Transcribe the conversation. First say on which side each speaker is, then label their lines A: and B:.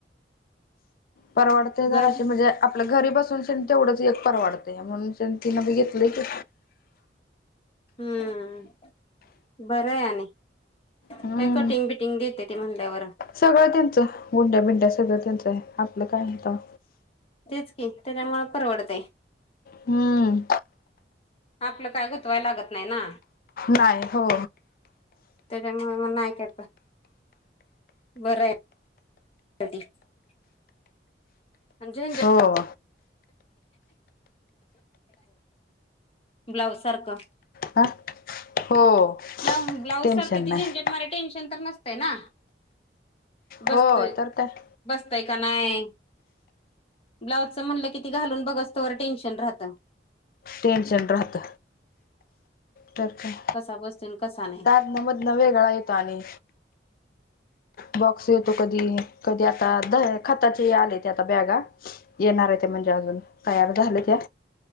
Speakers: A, on the left; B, on the left.
A: परवडते जराशी
B: बर
A: म्हणजे आपलं घरी बसून सेण तेवढंच एक परवाडतय म्हणून शेंन तीन बी घेतलय की.
B: हम्म. बरं आहे आणि काय
A: हम्म
B: कटिंग बिटिंग देते ते म्हणल्यावर.
A: सगळं त्यांचं गुंड्या, बिंड्या सगळं त्यांचं आहे आपलं काय आहे तवा.
B: तेच की त्याच्यामुळ परवडतय.
A: हम्म.
B: आपलं काय गुतवाय लागत नाही ना.
A: नाही हो
B: त्याच्यामुळे मग नाही का प बरय <unintelligible> अन झेंझट.
A: हो.
B: ब्लाउज सारखं.
A: हा हो.
B: लावून ब्लाऊज
A: टेन्शन
B: सारखं ती
A: नाही
B: झेंझेट मारीे टेन्शन तर नसतय ना. बसतय
A: हो तर काय
B: बसतय का नाही? ब्लाउजचं म्हणलं कि ते घालून बघस्तोवर टेन्शन राहत.
A: टेनशन राहत तर काय.
B: कसा बसतोय न कसा नाही.
A: नव्वद न वेगळा येतो आणि बॉक्स येतो कधी, कधी आता द खताचे आले ते आता बॅगा. येणार आहे ते म्हणजे अजून तयार झालं त्या.